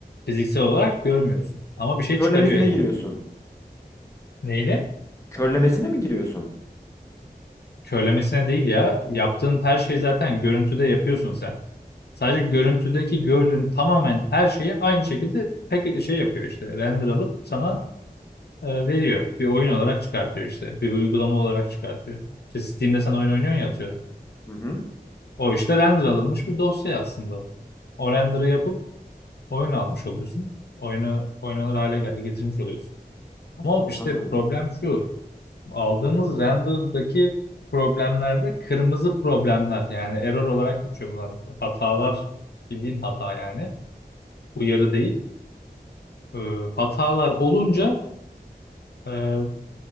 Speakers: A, on the left (about 80°); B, on the left (about 20°).
A: Fiziksel olarak görmüyorsun. Ama bir şey
B: Körlemesine
A: çıkarıyor yani.
B: giriyorsun.
A: Neyle?
B: Körlemesine mi giriyorsun?
A: körlemesine değil ya. Yaptığın her şeyi zaten görüntüde yapıyorsun sen. Sadece görüntüdeki gördüğün tamamen her şeyi aynı şekilde pek şey yapıyor işte. Render alıp sana e, veriyor. Bir oyun olarak çıkartıyor işte. Bir uygulama olarak çıkartıyor. İşte Steam'de sen oyun oynuyorsun ya atıyorum.
B: Hı hı,
A: O işte render alınmış bir dosya aslında. O render'ı yapıp oyun almış oluyorsun. Oyunu oynanır hale gel- getirmiş oluyorsun. Ama işte
B: anladım.
A: problem şu. aldığımız render'daki problemlerde kırmızı problemler yani error olarak geçiyor bunlar. Hatalar bildiğin hata yani uyarı değil. Ee, hatalar olunca e,